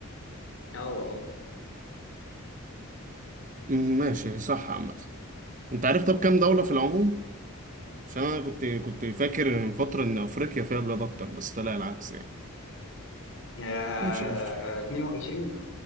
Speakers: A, on the left; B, on the right.
A: أه أه
B: مم، ماشي صح عامه انت عارف طب كام دوله في العموم عشان انا كنت كنت فاكر من فتره ان افريقيا فيها بلاد اكتر بس طلع العكس يعني
A: آه، آه،
B: ماشي قشطة
A: 22